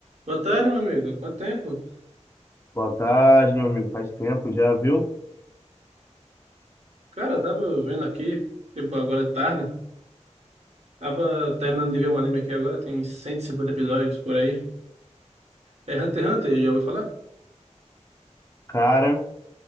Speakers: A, on the right; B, on the left.
A: Boa tarde, meu amigo. Quanto tempo?
B: Boa tarde, meu amigo. Faz tempo já, viu?
A: Cara, eu tava vendo aqui, tipo, agora de tarde. Tava terminando de ver um anime aqui agora, tem uns 150 episódios por aí. É Hunter x Hunter, já ouviu falar?
B: Cara,